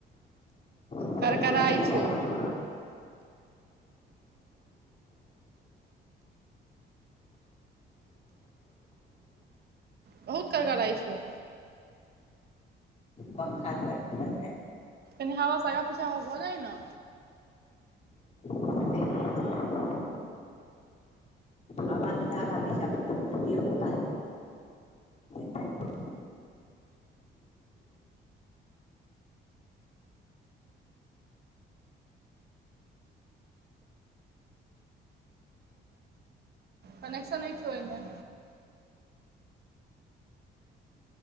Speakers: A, on the left (about 35°); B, on the right (about 55°).
A: पृथ्वीराज
B: करकराइ छौ
A: चौहान
B: बहुत करड़कड़ाइ छौ
A: पंखा द्वारा
B: एनि हावा श अगा पिछा हो होऽ जा न
A: एखन तऽ हवासँ जे आगाँ पीछाँ भऽ जेबै तऽ देहो काज नहि
B: कनेकशन नइ छउ अइमे